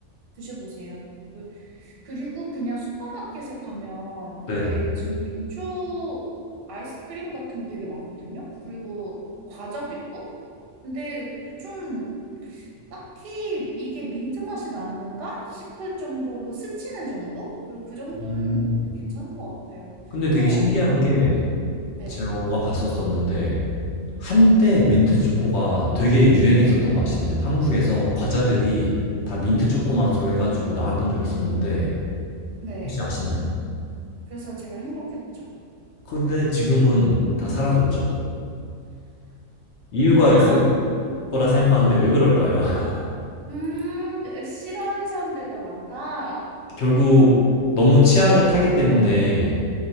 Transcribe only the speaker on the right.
드셔보세요. 그 그리고 그냥 슈퍼마켓에 가면
왜 요즘 민초 아이스크림 같은 거 되게 많거든요? 그리고 과자도 있고? 근데 좀 딱히 이게 민트 맛이 나는가 싶은 정도로 스치는 정도? 그리고 그 정도는
괜찮은 것 같아요.
또,
네,
네.
그래서 제가 행복했죠.
아,
음, 싫어하는 사람들이 더 많다.